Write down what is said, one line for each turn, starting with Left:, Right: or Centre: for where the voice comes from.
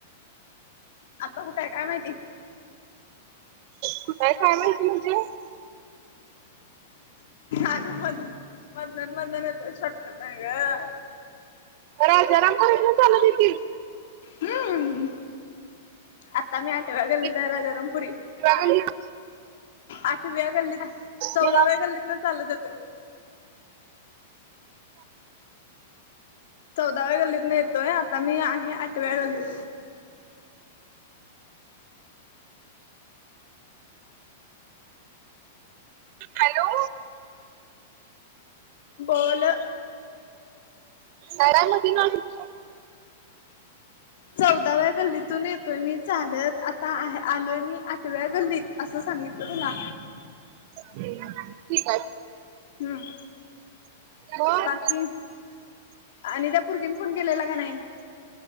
Left: आता कुठायं काय माहिती?
Right: कुठायं काय माहिती म्हणजे
Left: अगं म मधन -मधनच येतोय शॉर्टकट आहे गं.
Right: राजारामपुरीतनं चालत येतीस?
Left: हं.. आत्ता मी आठव्या गल्लीत
Right: की
Left: आहे राजारामपुरी.
Right: इंदिरा गल्लीत
Left: आठव्या गल्लीत आहे, चौदाव्या
Right: तेव्हा
Left: गल्लीतनं चालत येतोय. चौदाव्या गल्लीतनं येतोय, आता मी आहे आठव्या गल्लीत.
Right: हॅलो.
Left: बोल.
Right: घरामधी <unintelligible>
Left: चौदाव्या गल्लीतून येतोय मी चालत. आता आहे आलोय मी आठव्या गल्लीत असं सांगितलं तुला.
Right: ठीक आहे.
Left: हं...
Right: मग
Left: बाकी आणि त्या पुरगीनं फोन केलेला का नाही.